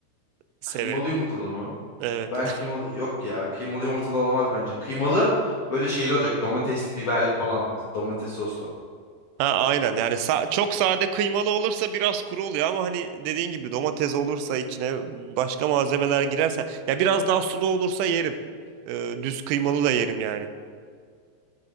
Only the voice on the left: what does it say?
Kıymalı yumurtalı mı?
Ben kıymalı... Yok ya. Kıymalı yumurtalı olmaz bence. Kıymalı böyle şeyli olacak. Domatesli, biberli falan. Domates soslu.